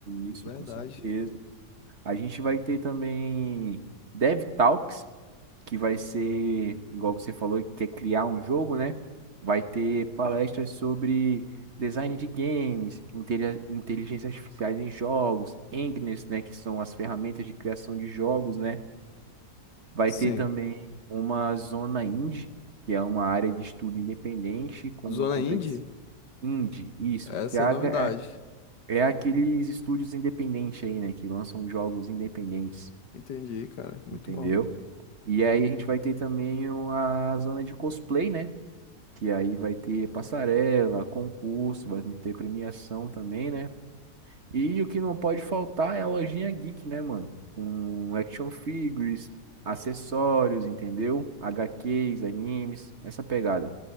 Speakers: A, on the right; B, on the left.
A: isso,
B: Verdade.
A: com certeza. A gente vai ter também dev talks que vai ser, igual você falou, que quer criar um jogo, né? Vai ter palestras sobre design de games, inteli- inteligência artificial em jogos, Engines, né, que são as ferramentas de criação de jogos, né? Vai
B: Sim.
A: ter também uma zona indie, que é uma área de estudo independente com
B: Zona
A: competição
B: Indie?
A: indie, isso,
B: Essa
A: que é, a-
B: é a novidade.
A: é é aqueles estúdios independentes aí, né, que lançam jogos independentes,
B: Entendi, cara. Muito
A: entendeu?
B: bom.
A: E aí a gente vai ter também o- a zona de cosplay, né? Que aí vai ter passarela, concurso, vai ter premiação também, né? E o que não pode faltar é a lojinha geek, né, mano? Com action figures, acessórios, entendeu? HQs, animes, essa pegada.